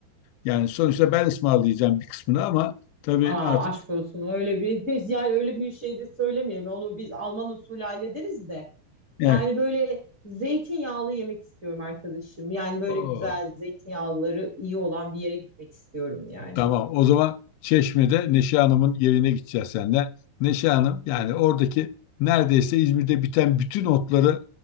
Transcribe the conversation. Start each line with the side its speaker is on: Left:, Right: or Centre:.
Left: yani sonuçta ben ısmarlayacağım bir kısmını ama tabii
Right: Aa
Left: artık
Right: aşk olsun öyle bir <laughs> yani öyle bir şey de söylemeyelim. Onu biz Alman usulü hallederiz de.
Left: evet.
Right: Yani böyle zeytinyağlı yemek istiyorum arkadaşım. Yani böyle
Left: Oo.
Right: güzel zeytinyağlıları iyi olan bir yere gitmek istiyorum yani.
Left: Tamam. O zaman Çeşme'de Neşe Hanım'ın yerine gideceğiz senden. Neşe Hanım yani oradaki neredeyse İzmir'de biten bütün otları